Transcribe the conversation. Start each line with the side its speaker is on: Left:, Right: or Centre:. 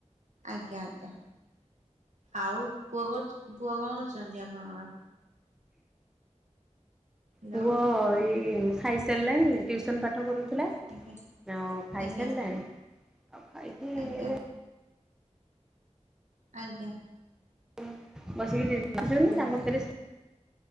Right: ଆଜ୍ଞା ଆଜ୍ଞା ଆଉ ପୁଅ କୋ ପୁଅ କଣ କରୁଛନ୍ତି ଆପଣଙ୍କର। ହ୍ୟାଲୋ
Centre: ପୁଅ ଏଇ ଖାଇସାରିଲାଣି ଟ୍ୟୁସନ ପାଠ କରୁଥିଲା।
Right: ଆଜ୍ଞା
Centre: ଆଉ ଖାଇସାରିଲାଣି
Right: ଆଜ୍ଞା
Centre: ଆଉ ଖାଇକି
Right: ଆଜ୍ଞା
Centre: ଏବେ।
Right: ଆଜ୍ଞା।
Centre: ବସିକି ଟିଭି ଦେଖୁଛନ୍ତି
Right: ଆଜ୍ଞା
Centre: ତାଙ୍କ ପାଖେ ରେ ସେ